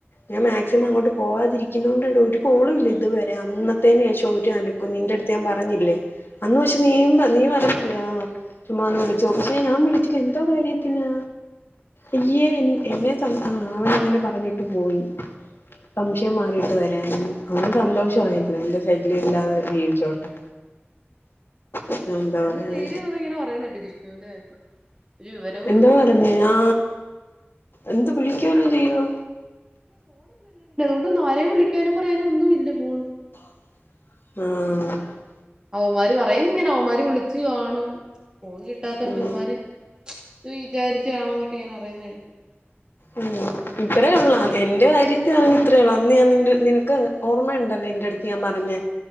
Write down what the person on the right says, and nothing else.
ആ
ഇന്ന്
ശ്രീഹരി ഇങ്ങനെ പറയുന്നട്ട് ജിഷണുവിന്റെ കാര്യം വിവരം
ണ്ട് നരെയും വിളിക്കാനും പറയാന ഒന്നും ഇല്ല പോണ്
അവമാര് പറയുന്ന ഇവന്മാര് വിളിച്ചു കാണും ഫോൺ കിട്ടാത്തണ്ട്
ഇവന്മാര്, വിചാരിച്ചു കാണോ എന്നൊക്കെ ഞാൻ അറിയുന്ന